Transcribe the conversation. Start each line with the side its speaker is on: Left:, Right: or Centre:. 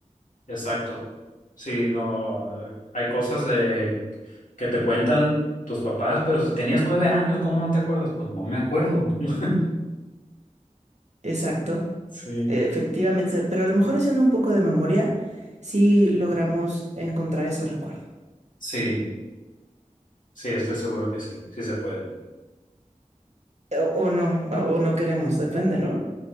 Left: exacto. Sí, no, hay cosas de que te cuentan tus papás, pero si tenías nueve años, ¿cómo no te acuerdas? Pues no me acuerdo. <laughs>
Right: Exacto,
Left: Sí.
Right: efectivamente. Pero a lo mejor haciendo un poco de memoria, sí logramos encontrar ese recuerdo.
Left: Sí, sí, estoy seguro que sí, sí se puede.
Right: O, o no, o o no queremos, depende, ¿no?